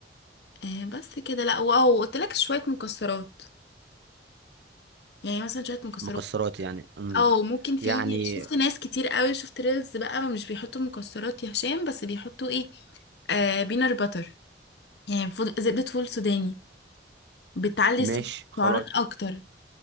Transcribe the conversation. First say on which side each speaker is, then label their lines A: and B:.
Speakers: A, on the left (about 70°); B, on the right (about 70°).
A: آه بس كده لا واهو قلت لك شوية مكسرات يعني مثلا شوية مكسرات
B: مكسرات يعني امم
A: او ممكن في
B: يعني
A: شفت ناس كتير قوي شفت ريلز بقى مش بيحطوا مكسرات يا هشام بس بيحطوا ايه آه بينر باتر يعني فول زبدة فول سوداني بتعلي
B: ماشي
A: السعرات
B: خلاص
A: اكتر